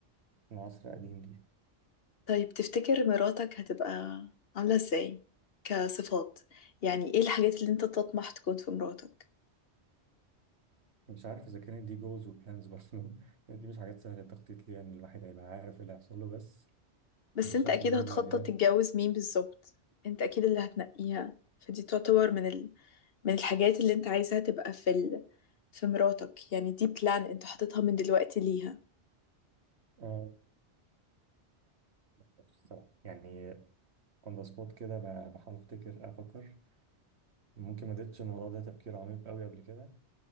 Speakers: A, on the right; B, on the left.
A: من عصر قديم دي
B: طيب تفتكر مراتك هتبقى عاملة ازاي كصفات يعني ايه الحاجات اللي انت تطمح تكون في مراتك
A: مش عارف إذا كانت دي جولز وبلانز برضه <laughs> دي مش حاجات سهلة التخطيط ليها يعني الواحد هيبقى عارف إيه اللي هيحصل له بس
B: بس
A: بشكل
B: انت اكيد
A: مجمل
B: هتخطط
A: يعني
B: تتجوز مين بالظبط انت اكيد اللي هتنقيها فدي تعتبر من ال... من الحاجات اللي انت عايزها تبقى في ال... في مراتك يعني دي بلان انت حاططها من دلوقتي ليها
A: آه، الصراحة يعني اون ذا سبوت كده ب- بحاول أفتكر أفكر ممكن ما اديتش الموضوع ده تفكير عميق قوي قبل كده